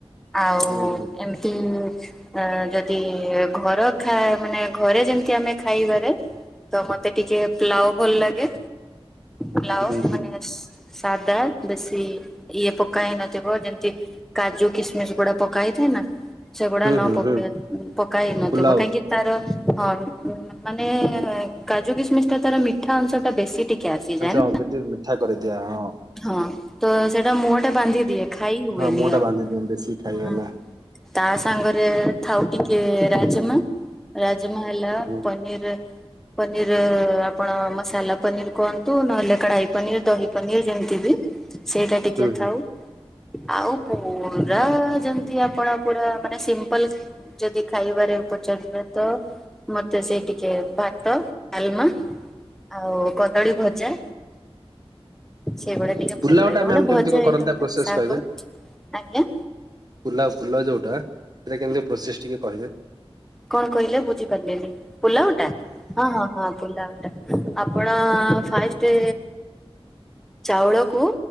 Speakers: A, in the centre; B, on the right.
A: ଆଉ
B: ହୁଁ ହୁଁ
A: ଏମିତି ଆ ଯଦି ଘର ଖା ମାନେ ଘରେ ଯେମିତି ଆମେ ଖାଇବାରେ ତ ମତେ ଟିକେ ପ୍ଲାଓ ଭଲ ଲାଗେ। ପ୍ଲାଓ
B: ହୁଁ
A: ମାନେ ସାଧା ବେଶୀ ଇଏ ପକା ହେଇନଥିବ ଯେମିତି କାଜୁ କିସମିସ ଗୁଡା ପକା ହେଇଥାଏ ନା ସେଗୁଡା
B: ହୁଁ ହୁଁ
A: ନ
B: ହୁଁ
A: ପକେ
B: ହୁଁ
A: ପକା ହେଇନଥିବ।
B: ପୁଲାଉ
A: କାହିଁକି ତାର ହଁ ମାନେ କାଜୁ କିସମିସ ଟା ତାର ମିଠା ଅଂଶ ଟା ବେଶୀ ଟିକେ କ୍ୟାସିଜେନ୍
B: କାଜୁ ଟିକେ ମିଠା କରିଦିଏ ହଁ।
A: ହଁ। ତ ସେଟା ମୁହଟା ବାନ୍ଧିଦିଏ ଖାଇ ହୁଏନି
B: ହଁ ମୁହଁ ଟା
A: ଆଉ।
B: ବାନ୍ଧି ଦିଅନ୍ତି ବେଶୀ ଖାଇବେ ନା
A: ତା ସାଙ୍ଗରେ ଥାଉ ଟିକେ ରାଜମା ରାଜମା ହେଲା
B: ହୁଁ
A: ପନୀର୍ ପନିର୍ ଆପଣ ମସାଲା ପନିର୍ କୁହନ୍ତୁ, ନହେଲେ କଢାଇ ପନିର ଦହି ପନିର ଯେମିତି କି ସେଇଟା ଟିକେ
B: ହୁଁ ହୁଁ।
A: ଥାଉ। ଆଉ ପୁରା ଯେମିତି ଆପଣ ପୁରା ମାନେ ସିମ୍ପଲ ଯଦି ଖାଇବାରେ ପଚାରିବେ ତ। ମତେ ସେଇ ଟିକେ ଭାତ, ଡାଲମା ଆଉ କଦଳୀ ଭଜା। ସେଇଗୁଡା ଟିକେ
B: ପୁଲାଉ
A: ଭଲ ଲାଗେ
B: ଟା
A: ମାନେ
B: ମ୍ୟାମ କେମିତି
A: ଭଜା
B: କଣ
A: ଆଇଟମ୍
B: କରନ୍ତି ତା ପ୍ରୋସେସ
A: ତ ଶାଗ
B: କହିବେ?
A: ଆଜ୍ଞା।
B: ପୁଲାଉ ପୁଲାଉ ଯୋଉଟା ସେଇଟା କେମିତି ପ୍ରୋସେସ ଟିକେ କହିବେ?
A: କଣ କହିଲେ ବୁଝିପାରିଲିନି ପୁଲାଉ ଟା ହଁ ହଁ ହଁ ପୁଲାଉ। ଆପଣ ଫାର୍ଷ୍ଟେ। ଚାଉଳକୁ